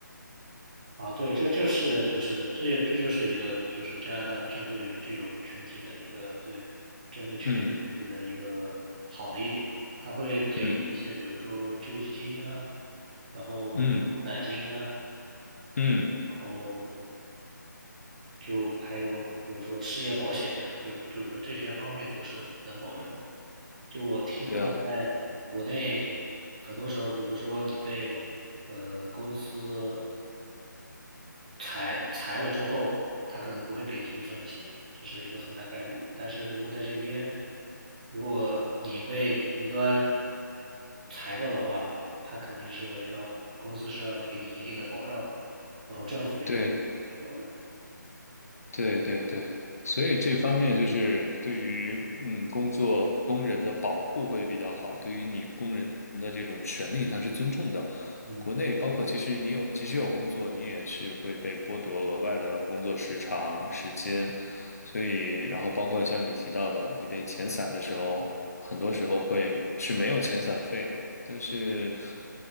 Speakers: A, on the right (about 20°); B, on the left (about 50°).
A: 啊，对，这就是就是这就这就是一个就是加拿大针对于这种群体的一个对针对这种群体的一个好的一点，
B: 嗯
A: 它会给一些比如说救济金啊，
B: 嗯
A: 然后牛奶金啊，
B: 嗯嗯，
A: 然后就还有比如说失业保险呀，就就是这些方面都是能保证的。就我听过，
B: 对啊，
A: 在国内很多时候，比如说你被呃公司裁裁了之后，他可能不会给你一分钱，这是一个很大概率的。但是如果在这边，如果你被无端裁掉的话，他肯定是要公司是要给你一定的保障的，然后政府也会给你一定保障。
B: 对对对对，所以这方面就是对于嗯工作工人的保护会比较好，对于你工人的这种权利，它是尊重的。
A: 嗯，
B: 国内包括其实你有即使有工作，你也是会被剥夺额外的工作时长、时间，所以，然后包括像你提到的，你被遣散的时候，很多时候会是没有遣散费的。但是，